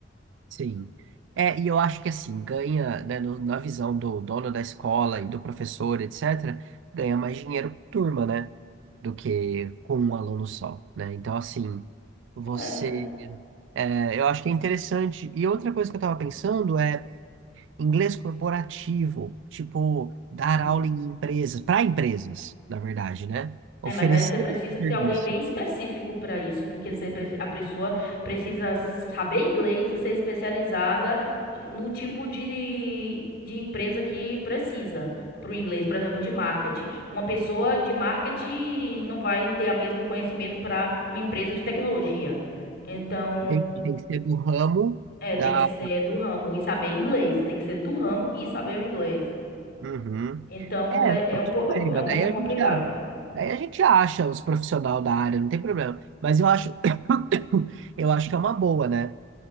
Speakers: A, on the right (about 65°); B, on the left (about 55°).
A: sim. É, e eu acho que assim, ganha, né, no- na visão do dono da escola e do professor, etc., ganha mais dinheiro por turma, né, do que com um aluno só, né? Então, assim, você.
B: É.
A: é, eu acho que é interessante. E outra coisa que eu estava pensando é inglês corporativo, tipo, dar
B: Hum.
A: aula em empresas, para empresas, na verdade, né? Oferecer
B: É, mas aí você precisa
A: esse serviço.
B: ter alguém bem específico para isso, porque você, preci- a pessoa precisa saber inglês e ser especializada em- no tipo de, de empresa que precisa para o inglês, por exemplo, de marketing. Uma pessoa de marketing não vai ter o mesmo conhecimento para uma empresa de tecnologia. Então,
A: Tem, tem que ser do ramo.
B: É,
A: da
B: tem que ser do ramo e saber inglês. Tem que ser do ramo e saber o inglês.
A: Uhum.
B: Então,
A: É,
B: vai, é
A: não,
B: um,
A: tudo
B: po-
A: bem,
B: é
A: mas
B: um pouquinho
A: daí a
B: complicado.
A: gente já, daí a gente acha os profissionais da área, não tem problema. Mas eu acho, <coughs> eu acho que é uma boa, né?